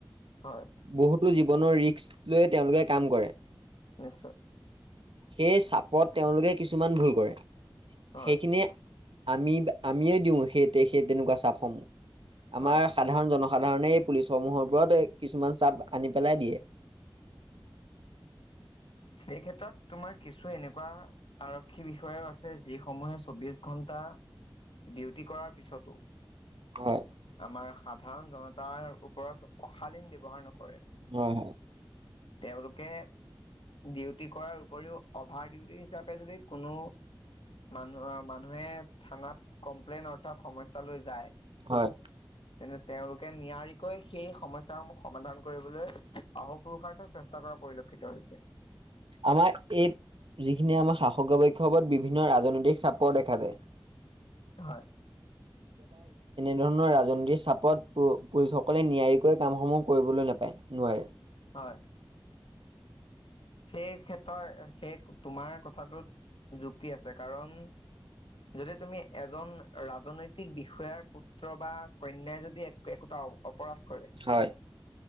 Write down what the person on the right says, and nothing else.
বহুতো জীৱনৰ ৰিস্ক লৈয়ে, তেওঁলোকে কাম কৰে।
সেই চাপত তেওঁলোকে কিছুমান ভুল কৰে,
সেইখিনিয়ে আমি আমিয়ে দিও, সেই সেই তেনেকুৱা চাপসমূহ আমাৰ
সাধাৰণ জন সাধাৰণে এই পুলিচসমূহৰ ওপৰত কিছুমান চাপ আনি পেলাই দিয়ে।
হয়
হয় হয়
হয়
আমাৰ এই যি এইখিনিয়ে আম শাসকীয় বৈক্ষৱত বিভিন্ন ৰাজনৈতিক চাপৰ দেখা যায়
এনে ধৰণৰ ৰাজনৈতিক চাপত প পুলিচসকলে নিয়াৰিকৈ কামসমূহ কৰিবলৈ নাপায় নোৱাৰে
হয়